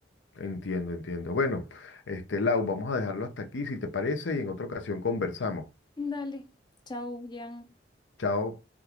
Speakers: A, on the left; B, on the left.
A: entiendo, entiendo. Bueno, este, Lau, vamos a dejarlo hasta aquí, si te parece, y en otra ocasión conversamos.
B: Dale, chao, Jan.
A: Chao.